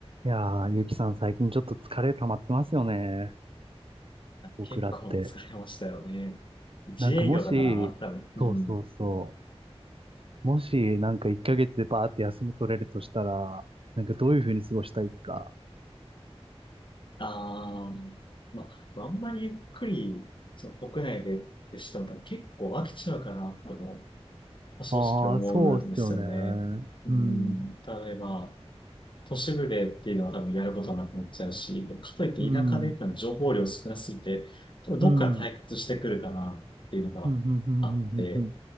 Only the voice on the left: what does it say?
結構疲れましたよね。自営業だから、
多分、うん。
ああ、まあ、まああんまりゆっくり、その国内でってしても多分結構飽きちゃうかな、とか、まあ正直思うんですよね。
うん、
例えば、都市部でっていうのは多分やることなくなっちゃうし、かといって田舎で多分情報量少なすぎて、
多分どっから退屈してくるかなっていうのがあって、